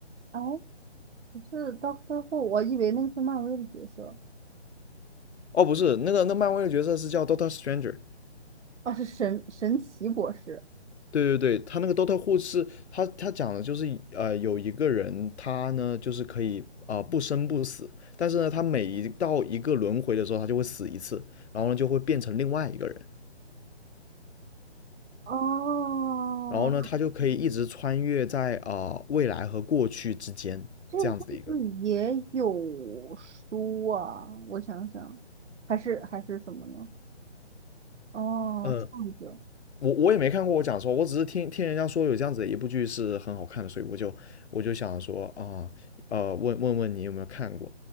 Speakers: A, on the right (about 85°); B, on the left (about 70°).
A: 哎，可是到最后，我以为那个是漫威的角色。
B: 哦，不是，那个那漫威的角色是叫 Doctor Stranger，
A: 哦，是神神奇博士。
B: 对对对，他那个 Dota 护是，他他讲的就是呃，有一个人，他呢就是可以啊、呃不生不死，但是呢，他每一到一个轮回的时候，他就会死一次，然后呢就会变成另外一个人，
A: 哦，
B: 然后呢他就可以一直穿越在啊、呃未来和过去之间这样子的一个人。
A: 这个上次也有书啊，我想想，还是还是什么呢？哦，
B: 嗯，
A: 这样子。
B: 我我也没看过，我讲说，我只是听听人家说有这样子的一部剧是很好看的，所以我就我就想说啊呃呃问问问你有没有看过